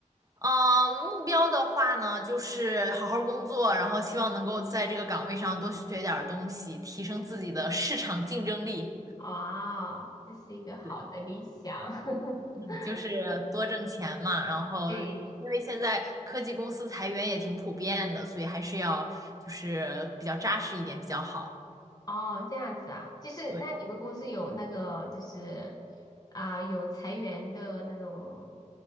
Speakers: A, on the right; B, on the left.
A: 嗯，目标的话呢，就是好好工作，然后希望能够在这个岗位上多学点儿东西，提升自己的市场竞争力。
B: 啊，这是一个好的理想。
A: 对，
B: <laughs>
A: 嗯就是多挣钱嘛。然后，
B: 对，
A: 因为现在科技公司裁员也挺普遍的，所以还是要就是比较扎实一点比较好。
B: 哦，这样子啊，就是那你们公司有那个就是啊、
A: 对，
B: 有裁员的那种